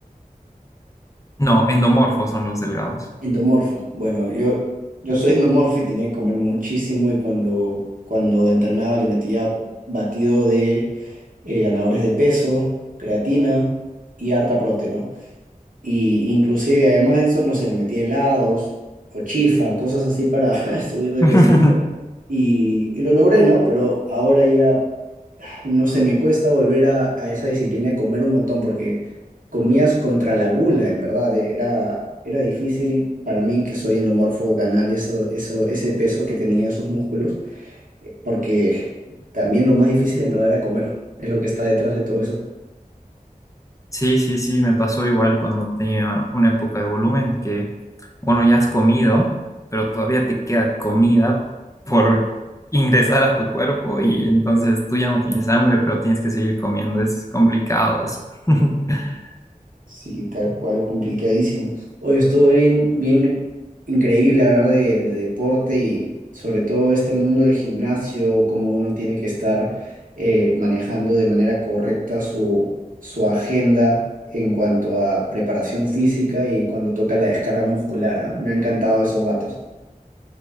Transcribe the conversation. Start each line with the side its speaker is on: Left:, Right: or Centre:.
Left: No, endomorfos son los delgados.
Right: Endomorfo. Bueno, yo, yo soy endomorfo y tenía que comer muchísimo y cuando, cuando entrenaba le metía batido de eh, ganadores de peso, creatina y harta proteína. ¿no? Y inclusive además de eso, no sé, le metía helados o chifa, cosas así para <laughs> subir de
Left: <laughs>
Right: peso. Y, y lo logré, ¿no? Pero ahora ya no sé, me cuesta volver a, a esa disciplina de comer un montón porque comías contra la gula, en verdad. eh, Era, era difícil para mí, que soy endomorfo, ganar eso, eso, ese peso que tenía esos músculos, eh, porque también lo más difícil en verdad era comer, es lo que está detrás de todo eso.
Left: Sí, sí, sí, me pasó igual cuando tenía una época de volumen que, bueno, ya has comido, pero todavía te queda comida por <laughs> ingresar a tu cuerpo y entonces tú ya no tienes hambre, pero tienes que seguir comiendo. Es complicado eso. <laughs>
Right: Sí, tal cual, complicadísimo. Hoy estuvo bien, bien increíble hablar de, de deporte y sobre todo este mundo del gimnasio, cómo uno tiene que estar eh, manejando de manera correcta su, su agenda en cuanto a preparación física y cuando toca la descarga muscular, ¿ah? Me han encantado esos datos.